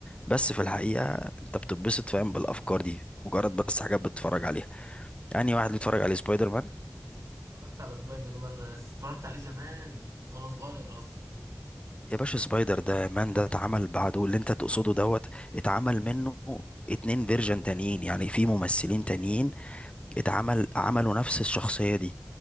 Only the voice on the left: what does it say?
بس في الحقيقه انت بتتبسط فاهم بالافكار دي مجرد بس حاجات بتتفرج عليها يعني واحد بيتفرج على سبايدر مان
يا باشا سبايدر ده مان ده اتعمل بعده اللي انت تقصده دوت اتعمل منه اتنين فيرجن تانيين يعني في ممثلين تانيين اتعمل عملوا نفس الشخصية دي